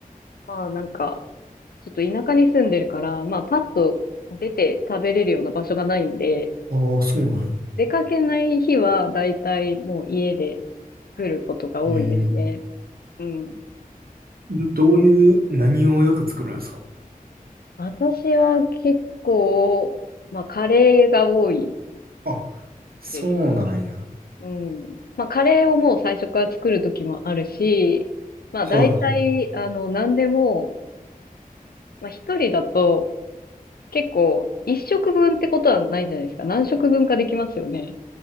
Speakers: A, on the left; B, on the right.
A: まあ、なんか、ちょっと田舎に住んでるから、まあ、パッと出て食べれるような場所がないんで、
B: ああー、そうなんや。
A: 出かけない日は、だいたいもう家で作ることが多いですね。
B: え
A: うん。
B: え。どういう、何をよく作るんですか
A: 私は結構、まあ、カレーが多い
B: あ、そうなんや。
A: です。うん。まあ、カレーをもう最初から作る時もあるし、まあ、
B: はいはい。
A: 大体、あの、何でも、まあ、一人だと、結構、一食分ってことはないじゃないですか。何食分かできますよね。